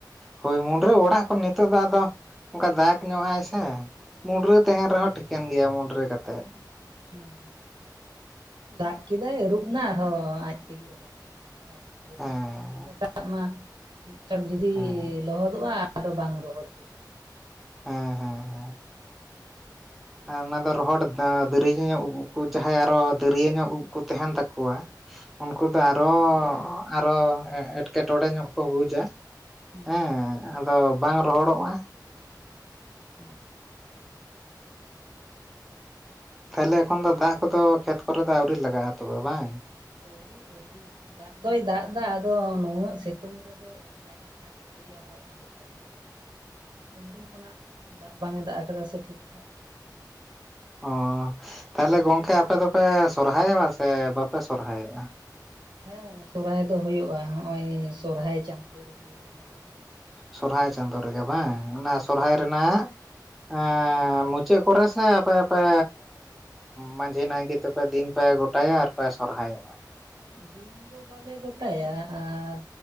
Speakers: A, in the centre; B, on the right.
A: ᱦᱳᱭ ᱢᱩᱰᱨᱟᱹ ᱚᱲᱟᱜ ᱠᱷᱚᱱ ᱱᱤᱛᱚᱜ ᱫᱚ ᱟᱫᱚ ᱚᱝᱠᱟ ᱫᱟᱜᱽ ᱧᱚᱜᱼᱟᱭ ᱥᱮ᱾ ᱢᱩᱱᱰᱨᱟᱹ ᱛᱟᱦᱮᱱ ᱨᱮᱦᱚᱸ ᱴᱷᱤᱠᱟᱹᱱ ᱜᱮᱭᱟ ᱢᱩᱰᱨᱟᱹ ᱠᱟᱛᱮᱜ᱾
B: ᱦᱩᱸ ᱫᱟᱜ ᱠᱮᱫᱟᱭ ᱟᱹᱨᱩᱵᱱᱟ ᱟᱨᱦᱚᱸ ᱟᱡ ᱛᱮᱜᱮ ᱨᱚᱦᱚᱲ ᱟᱨᱚ᱾ ᱰᱷᱤᱨ
A: ᱦᱮᱸ
B: ᱧᱚᱜ ᱡᱩᱫᱤᱢ ᱫᱚᱦᱚ ᱠᱟᱜ ᱢᱟ ᱢᱤᱫ ᱪᱚᱴ ᱡᱩᱫᱤ
A: ᱦᱮᱸ
B: ᱞᱚᱦᱚᱫᱚᱜᱼᱟ ᱟᱫᱚ ᱵᱟᱝ ᱨᱚᱦᱚᱲ ᱞᱟᱹᱜᱤᱫ
A: ᱦᱮᱸ ᱦᱮᱸ ᱦᱮᱸ ᱟᱨ ᱚᱱᱟ ᱫᱚ ᱨᱚᱦᱚᱲ ᱫᱟᱹᱨᱭᱟᱹ ᱧᱚᱜ ᱩᱵ ᱠᱚ ᱡᱟᱦᱟᱸᱭ ᱟᱨᱚ ᱫᱟᱹᱨᱭᱟᱹ ᱧᱚᱜ ᱩᱵ ᱠᱚ ᱛᱟᱦᱮᱱ ᱛᱟᱠᱚᱣᱟ᱾ ᱩᱱᱠᱩ ᱫᱚ ᱟᱨᱚ ᱟᱨᱚ ᱮᱴᱠᱮᱴᱚᱬᱮ ᱧᱚᱜ ᱠᱚ ᱵᱩᱡᱟ᱾
B: ᱦᱩᱸ
A: ᱦᱮᱸ ᱟᱫᱚ ᱵᱟᱝ ᱨᱚᱦᱚᱲᱚᱜᱼᱟ᱾
B: ᱦᱩᱸ
A: ᱛᱟᱦᱞᱮ ᱮᱠᱷᱚᱱ ᱫᱚ ᱫᱟᱜ ᱠᱚᱫᱚ ᱠᱷᱮᱛ ᱠᱚᱨᱮ ᱫᱚ ᱟᱣᱨᱤ ᱞᱟᱜᱟᱜᱼᱟ ᱛᱚᱵᱮ ᱵᱟᱝ?
B: ᱟᱹᱣᱨᱤ ᱟᱹᱣᱨᱤ ᱫᱟᱜ ᱫᱚᱭ ᱫᱟᱜ ᱫᱟ ᱟᱫᱚ ᱱᱩᱱᱟᱹᱜ ᱥᱤᱛᱩᱝ ᱨᱮᱫᱚ ᱟᱡ ᱟᱡ ᱛᱮᱜᱮ ᱟᱫᱚ ᱟᱡᱮᱫ ᱪᱟᱞᱟᱜ ᱠᱟᱱᱟ ᱩᱱᱫᱤᱱ ᱠᱷᱚᱱᱟᱜ ᱫᱟᱜ ᱵᱟᱝ ᱮ ᱫᱟᱜ ᱟᱠᱟᱫᱟ ᱥᱮ ᱴᱷᱤᱠ ᱴᱷᱟᱠ᱾
A: ᱚ ᱛᱟᱦᱞᱮ ᱜᱚᱝᱠᱮ ᱟᱯᱮ ᱫᱚᱯᱮ ᱥᱚᱨᱦᱟᱭᱚᱜᱼᱟ ᱥᱮ ᱵᱟᱯᱮ ᱥᱚᱨᱦᱟᱭᱚᱜᱼᱟ?
B: ᱦᱮᱸ ᱥᱚᱨᱚᱦᱚᱨᱟᱭ ᱫᱚ ᱦᱩᱭᱩᱜᱼᱟ ᱦᱚᱸᱜᱼᱚᱭ ᱥᱚᱨᱦᱟᱭ ᱪᱟᱸᱫᱳ ᱨᱮᱜᱮ ᱦᱩᱭᱩᱜ ᱜᱮᱭᱟ᱾
A: ᱥᱚᱨᱦᱟᱭ ᱪᱟᱸᱫᱳ ᱨᱮᱜᱮ ᱵᱟᱝ ᱚᱱᱟ ᱥᱚᱨᱦᱟᱭ ᱨᱮᱱᱟᱜ ᱮᱸ ᱢᱩᱪᱟᱹᱜ ᱠᱚᱨᱮ ᱥᱮ ᱟᱯᱮ ᱟᱯᱮ ᱢᱟᱺᱡᱷᱤ ᱱᱟᱭᱠᱮ ᱛᱮᱯᱮ ᱫᱤᱱ ᱯᱮ ᱜᱚᱴᱟᱭᱟ ᱟᱨ ᱯᱮ ᱥᱚᱨᱦᱟᱭᱚᱜᱼᱟ᱾
B: ᱫᱤᱱ ᱫᱚ ᱵᱟᱞᱮ ᱜᱚᱴᱟᱭᱟ᱾ ᱟᱨ